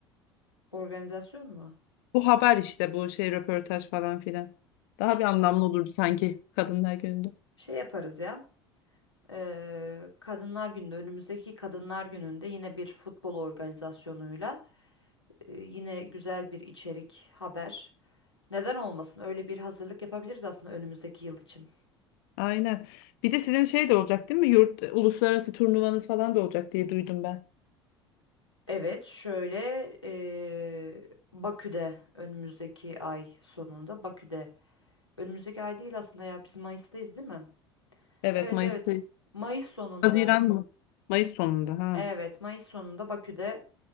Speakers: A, on the left; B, on the left.
A: Organizasyon mu?
B: Bu haber işte bu şey röportaj falan filan. Daha bir anlamlı olurdu sanki Kadınlar Günü'nde.
A: Şey yaparız ya. Eee, Kadınlar Günü'nde önümüzdeki Kadınlar Günü'nde yine bir futbol organizasyonuyla e, yine güzel bir içerik haber. Neden olmasın? Öyle bir hazırlık yapabiliriz aslında önümüzdeki yıl için.
B: Aynen. Bir de sizin şey de olacak değil mi? Yurt uluslararası turnuvanız falan da olacak diye duydum ben.
A: Evet, şöyle eee, Bakü'de önümüzdeki ay sonunda Bakü'de önümüzdeki ay değil aslında ya biz Mayıs'tayız değil mi?
B: Evet
A: Evet
B: Mayıs'ta.
A: evet Mayıs sonunda
B: Haziran mı? Mayıs sonunda ha.
A: evet Mayıs sonunda Bakü'de